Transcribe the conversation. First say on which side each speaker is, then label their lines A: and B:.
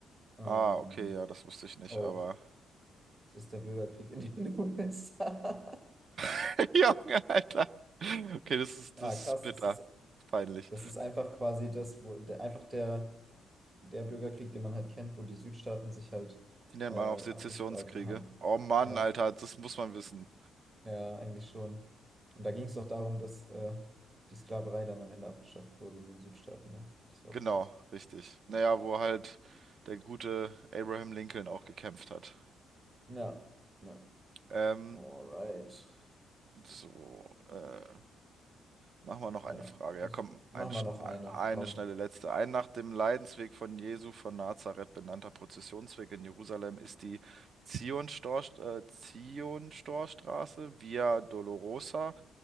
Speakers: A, on the right; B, on the right.
A: Ähm,
B: Ah, okay, ja, das wusste ich nicht,
A: oh,
B: aber.
A: es ist der Bürgerkrieg in den <laughs> USA.
B: <laughs> Junge, Alter. Okay, das ist,
A: Ja,
B: das
A: krass,
B: ist bitter.
A: das ist,
B: Peinlich.
A: das ist einfach quasi das, wo der, einfach der. der Bürgerkrieg, den man halt kennt, wo die Südstaaten sich halt
B: Die nennt
A: äh,
B: man auch Sezessionskriege.
A: abgespalten haben.
B: Oh Mann,
A: Ja,
B: Alter, das muss man wissen.
A: ja, eigentlich schon. Und da ging es doch darum, dass äh, die Sklaverei dann am Ende abgeschafft wurde in den Südstaaten, ne? Das war
B: Genau,
A: doch das.
B: richtig. Naja,
A: Ja.
B: wo halt der gute Abraham Lincoln auch gekämpft hat.
A: Ja. ja.
B: Ähm,
A: Alright.
B: so, äh, machen wir noch
A: Ja,
B: eine Frage. Ja,
A: das
B: komm,
A: machen
B: eine, schn-
A: wir noch eine.
B: eine
A: Komm.
B: schnelle letzte. Ein nach dem Leidensweg von Jesu von Nazareth benannter Prozessionsweg in Jerusalem ist die Zionstor, äh, Zionstorstraße Via Dolorosa,